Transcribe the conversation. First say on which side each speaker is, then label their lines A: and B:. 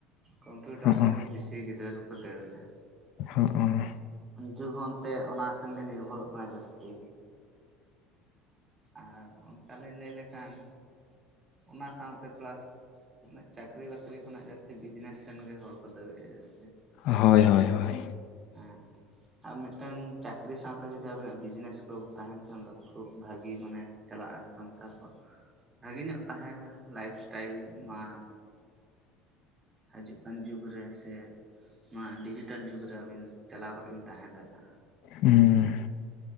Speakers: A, on the right; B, on the left.
A: ᱠᱚᱢᱯᱤᱭᱩᱴᱟᱨ
B: ᱦᱚᱸᱜᱼᱚ,
A: ᱥᱮᱱ ᱜᱮ ᱵᱮᱥᱤ ᱜᱤᱫᱽᱨᱟᱹ ᱠᱚ ᱠᱚ ᱫᱟᱹᱲᱮᱜᱼᱟ
B: ᱦ
A: ᱡᱩᱜᱽ ᱦᱚᱸ ᱚᱱᱛᱮ ᱚᱱᱟ ᱥᱮᱱ ᱜᱮ ᱱᱤᱨᱵᱷᱚᱨᱚᱜ ᱠᱟᱱᱟ ᱡᱟᱹᱥᱛᱤ ᱟᱨ ᱚᱱᱠᱟ ᱞᱤᱧ ᱞᱟᱹᱭ ᱞᱮᱠᱷᱟᱱ ᱚᱱᱟ ᱥᱟᱶᱛᱮ ᱯᱞᱟᱥ ᱩᱱᱟᱹᱜ ᱪᱟᱹᱠᱨᱤ ᱵᱟᱹᱠᱨᱤ ᱠᱷᱚᱱᱟᱜ ᱡᱟᱹᱥᱛᱤ ᱵᱤᱡᱽᱱᱮᱥ ᱥᱮᱱ ᱜᱮ ᱦᱚᱲ ᱠᱚ ᱫᱟᱹᱲᱮᱜᱼᱟ ᱡᱟᱹᱥᱛᱤ
B: ᱦᱳᱭ ᱦᱳᱭ ᱦᱳᱭ
A: ᱦᱮᱸ ᱟᱨ ᱢᱤᱫᱴᱟᱝ ᱪᱟᱹᱠᱨᱤ ᱥᱟᱶᱛᱮ ᱡᱩᱫᱤ ᱟᱵᱤᱱᱟᱜ ᱵᱤᱡᱽᱱᱮᱥ ᱠᱚ ᱛᱟᱦᱮᱱ ᱠᱷᱟᱱ ᱫᱚ ᱠᱷᱩᱵ ᱵᱷᱟᱜᱤ ᱢᱟᱱᱮ ᱪᱟᱞᱟᱜᱼᱟ ᱥᱚᱝᱥᱟᱨ ᱠᱚ ᱵᱷᱟᱹᱜᱮ ᱧᱚᱜ ᱛᱟᱦᱮᱸ ᱞᱟᱭᱯᱷ ᱮᱥᱴᱟᱤᱞ ᱢᱟ ᱦᱟᱡᱩᱜ ᱠᱟᱱ ᱡᱩᱜᱽ ᱨᱮ ᱥᱮᱻ ᱱᱚᱣᱟ ᱰᱤᱡᱤᱴᱟᱞ ᱡᱩᱜᱽ ᱨᱮ ᱟᱹᱵᱤᱱ ᱪᱟᱞᱟᱣ ᱠᱟᱛᱮᱫ ᱵᱤᱱ ᱛᱟᱦᱮᱸ ᱫᱟᱲᱮᱭᱟᱜᱼᱟ᱾
B: ᱦᱩᱸᱻ